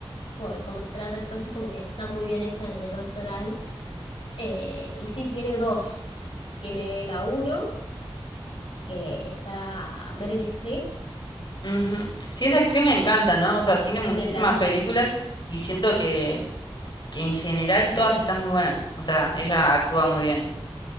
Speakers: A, on the left; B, on the left.
A: por cómo se trata, entonces como que está muy bien hecha desde lo actoral. Eh, y sí, tiene dos, tiene la uno, que está Meryl Streep,
B: Ujú. Sí, esa actriz me encanta, ¿no? O sea, tiene muchísimas
A: a mí me encanta.
B: películas y siento que, que en general
A: Eh,
B: todas están muy buenas. O sea, ella actúa muy bien.